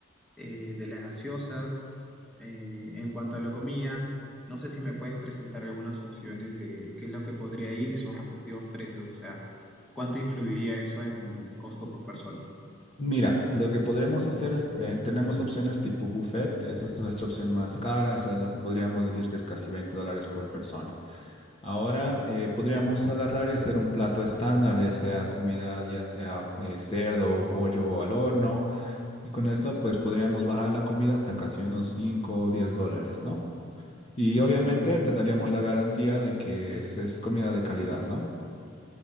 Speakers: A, in the centre; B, on the left (about 30°).
A: eh, de las gaseosas. Eh, en cuanto a la comida, no sé si me puedes presentar algunas opciones de qué es lo que podría ir y sus respectivos precios, o sea, cuánto influiría eso en el costo por persona.
B: Mira, lo que podríamos hacer es, eh, tenemos opciones tipo buffet, esa es nuestra opción más cara, esa es la que podríamos decir que es casi 20 dólares por persona. Ahora eh, podríamos agarrar y hacer un plato estándar, ya sea comida, ya sea eh, cerdo, o pollo al horno, Y con eso, pues podríamos bajar la comida hasta casi unos 5 o 10 dólares, ¿no? Y
A: Ujú,
B: obviamente te daríamos la garantía de que es, es comida de calidad, ¿no?